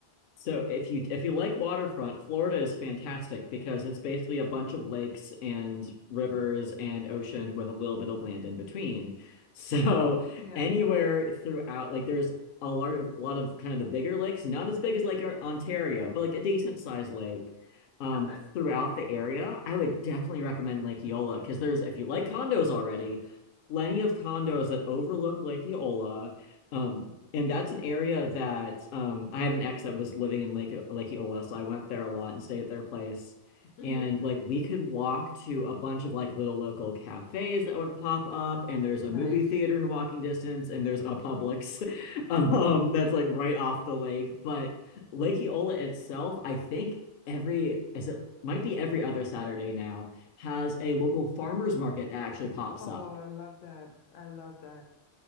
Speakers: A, on the left (about 60°); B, on the left (about 85°).
A: So if you if you like waterfront, Florida is fantastic because it's basically a bunch of lakes and rivers and ocean with a little bit of land in between. <laughs> So
B: Yeah.
A: anywhere throughout, like there's a lot of a lot of kind of the bigger lakes, not as big as like our Ontario, but like a decent sized lake um
B: Okay.
A: throughout the area. I would definitely recommend Lake Eola because there's if you like condos already, plenty of condos that overlook Lake Eola. Um, and that's an area that um I have an ex that was living in Lake Lake Eola, so I went there a lot and stayed at their place.
B: hmm
A: And like we could walk to a bunch of like little local cafes that would pop up, and there's a
B: Nice.
A: movie theater in walking distance, and there's a Publix <laughs> um that's like right off the lake. But Lake Eola itself, I think every is it might be every other Saturday now, has a local farmers market that actually pops
B: Oh,
A: up.
B: I love that. I love that.